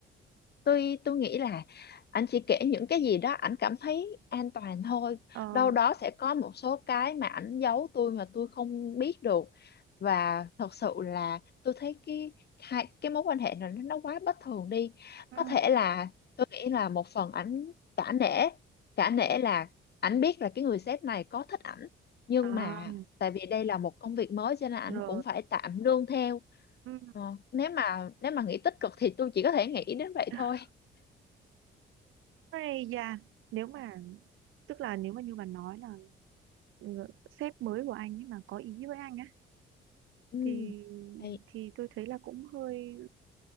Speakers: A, on the left; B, on the right.
A: tôi tôi nghĩ là anh chỉ kể những cái gì đó ảnh cảm thấy an toàn thôi
B: ờ
A: đâu đó sẽ có một số cái mà ảnh giấu tôi mà tôi không biết được và thật sự là tôi thấy cái hai cái mối quan hệ này nó nó quá bất thường đi
B: ừ
A: có thể là tôi nghĩ là một phần ảnh cả nể cả nể là ảnh biết là cái người sếp này có thích ảnh nhưng
B: à
A: mà tại vì đây là một công việc mới cho nên ảnh
B: rồi
A: cũng phải tạm nương theo
B: ừ
A: Ờ, nếu mà nếu mà nghĩ tích cực thì tôi chỉ có thể nghĩ đến vậy
B: <laughs>
A: thôi
B: Ây da, nếu mà tức là nếu mà như bà nói là ngự- sếp mới của anh ấy mà có ý với anh á
A: ừ
B: thì
A: Thì,
B: thì tôi thấy là cũng hơi